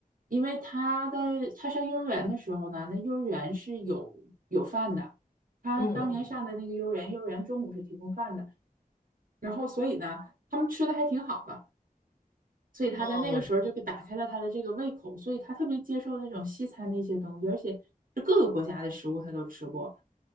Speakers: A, on the right; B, on the left.
A: 因为她在她上幼儿园的时候呢，那幼儿园是有有饭的，她当年上的那个幼儿园，
B: 嗯嗯，
A: 幼儿园中午是提供饭的，然后所以呢，他们吃的还挺好的。所以她在那个时候就给打开了她的这个胃口，
B: 哦，
A: 所以她特别接受那种西餐的一些东西，而且是各个国家的食物她都吃过。